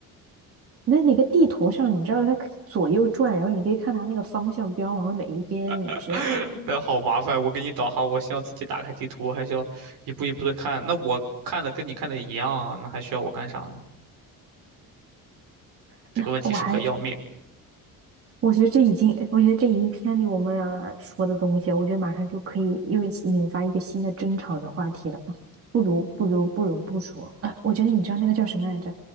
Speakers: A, on the right; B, on the right.
A: 那哪个地图上，你知道它可以左右转，然后你可以看它那个方向标往哪一边，你知道吧？
B: <laughs> 那好麻烦，我给你导航，我需要自己打开地图，还需要一步一步的看。那我看的跟你看的一样啊，那还需要我干啥呢？
A: <laughs>
B: 这个问题是不是很要命？
A: 那我还我觉得这已经，我觉得这已经偏离我们俩说的东西了。我觉得马上就可以又引发一个新的争吵的话题了。<sucks teeth> 不如，不如，不如不说。啊，我觉得你知道那个叫什么来着？